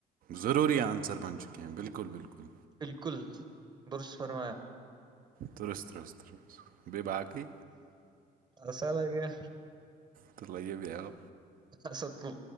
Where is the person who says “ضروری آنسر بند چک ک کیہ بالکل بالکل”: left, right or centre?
Right